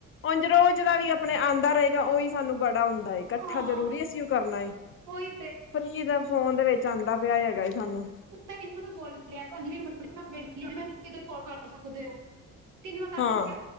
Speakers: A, on the left; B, on the right.
A: ਉਂਝ ਰੋਜ ਦਾ ਵੀ ਅਪਨੇ ਆਂਦਾ ਰਏਗਾ, ਓਵੀ ਸਾਨੂੰ ਬੜਾ ਹੂੰਦਾ ਏ।
B: ਹਾਂ
A: ਕੱਠਾ ਜਰੂਰੀ ਅਸੀ ਓ ਕਰਨਾ ਏ,
B: ਉਹੀ ਤੇ
A: ਫ੍ਰੀ ਦਾ ਫੋਨ ਦੇ ਵੇੱਚ ਆਂਦਾ ਪੇਆਏ ਹੈਗਾ ਸਾਨੂੰ।
B: ਮੈਂ ਇਨੂੰ ਤਾ ਬੋਲੇਆ, ਅੰਜਲੀ <unintelligible> ਕੋਲ ਕਾਰ ਸਕਦੇ ਓ। ਤਿਨੂ ਮੈਂ ਕਰ
A: ਹਾਂ
B: ਮੈਂ ਕੇਐ